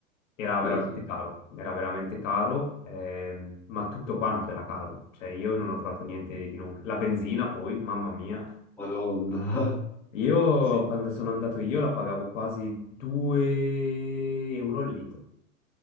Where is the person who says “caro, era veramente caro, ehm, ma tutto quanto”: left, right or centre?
Left